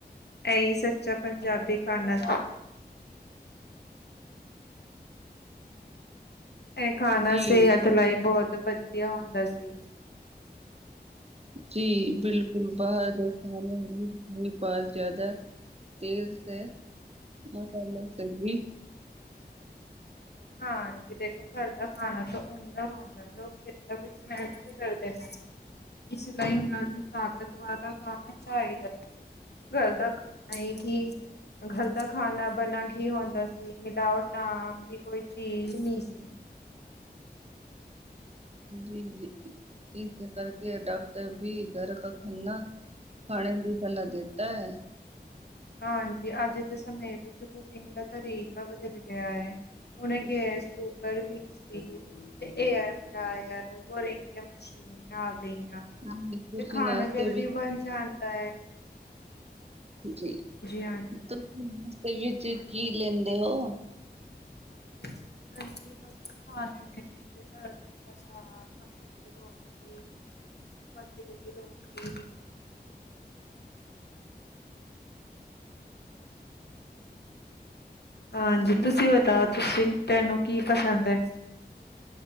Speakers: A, on the left; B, on the right.
A: ਏਈ ਸੱਚਾ ਪੰਜਾਬੀ ਖਾਨਾ ਇਹ ਖਾਣਾ
B: ਜੀ <unintelligible>
A: ਸਿਹਤ ਲਈ ਬਹੁਤ ਵਧੀਆ ਹੁੰਦਾ ਸੀ
B: ਜੀ ਬਿਲਕੁਲ, ਬਾਹਰ ਦੇ ਖਾਣੇ <unintelligible> ਜ਼ਿਆਦਾ ਤੇਲ ਤੇ ਮਸਾਲਾ ਸਹੀ
A: ਹਾਂਜੀ, ਦੇਖੋ ਘਰ ਦਾ ਖਾਣਾ ਤਾਂ ਹੁੰਦਾ-ਹੁੰਦਾ, ਲੋਕ ਖੇਤਾਂ ਵਿੱਚ ਮਿਹਨਤ ਕਰਦੇ ਨਾ ਇਸ ਲਈ ਉਹਨਾਂ ਨੂੰ ਤਾਕਤ ਵਾਲਾ ਖਾਣਾ ਚਾਈਦਾ। ਘਰ ਦਾ ਖਾਣਾ ਹੀ ਘਰ ਦਾ ਖਾਣਾ ਬਣਾ ਘੀ ਹੁੰਦਾ ਸੀ, ਮਿਲਾਵਟ ਨਾਮ ਦੀ ਕੋਈ ਚੀਜ਼ ਨਹੀਂ ਸੀ।
B: ਜੀ-ਜੀ, ਇਸੇ ਕਰਕੇ ਡਾਕਟਰ ਵੀ ਘਰ ਕਾ ਖਾ <inaudible> ਣਾ ਖਾਣੇ ਦੀ ਸਲਾਹ ਦੇਤਾ ਹੈ। <inaudible>
A: ਹਾਂਜੀ, ਅੱਜ ਦੇ ਸਮੇਂ ਵਿੱਚ ਕੁਕਿੰਗ ਦਾ ਤਰੀਕਾ ਬਦਲ ਗਿਆ ਏ। ਹੁਣ ਇਹ ਗੈਸ ਕੁੂਕਰ ਸੀ ਤੇ ਐਯਰਫਰਾਇਰ ਵਰਿੰਗੀਆਂ ਮਸ਼ੀਨ ਆ ਗਈਆਂ।
B: ਜੀ ਤੁਸੀਂ
A: ਤੇ ਖਾਣਾ
B: ਨਾਸ਼ਤੇ
A: ਜਲਦੀ
B: ਵਿੱਚ
A: ਬਣ ਜਾਂਦਾ ਐ।
B: ਜੀ
A: ਹਾਂਜੀ
B: ਤੁਸੀਂ <unintelligible> ਵਿੱਚ ਕੀ ਲੈਂਦੇ ਹੋ?
A: ਹਾਂਜੀ ਹਲੇ ਤੇ ਖਾ ਲੈਂਦੇ ਨੇ ਸਰੋ ਦਾ ਸਾਗ ਮਕੇ ਦੀ ਰੋਟੀ ਬਜਰੇ ਦੀ ਰੋਟੀ ਹਾਂਜੀ
B: ਜੀ
A: ਤੁਸੀਂ ਬਤਾਓ ਤੁਸੀਂ ਤੈਨੂੰ ਕੀ ਪਸੰਦ ਐ?